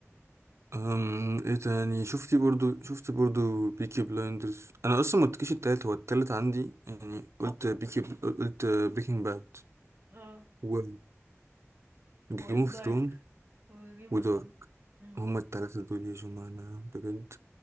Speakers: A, on the right; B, on the right.
A: أم ايه تاني شفتي برضو شفت برضو بيكي بلايندرز انا اصلا ما قلتلكيش التالت هو التالت عندي يعني قلت بيكي قلت بريكنج باد
B: اه
A: و جيم
B: وقلت
A: اوف
B: دارك
A: ثرون
B: وجيم
A: ودارك
B: اوف ثرونز امم
A: هما التلاتة دول يا جماعة أنا بجد